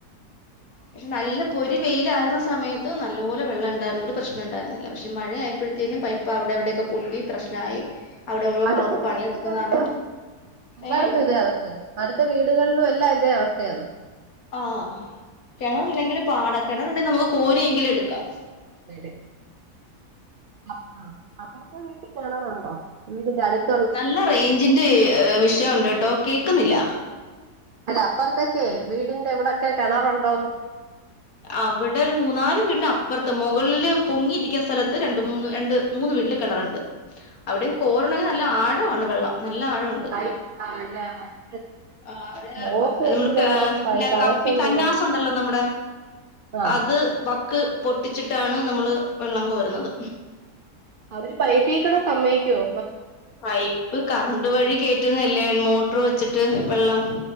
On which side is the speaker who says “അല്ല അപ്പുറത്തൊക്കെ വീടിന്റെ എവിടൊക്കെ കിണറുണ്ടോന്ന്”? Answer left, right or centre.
Right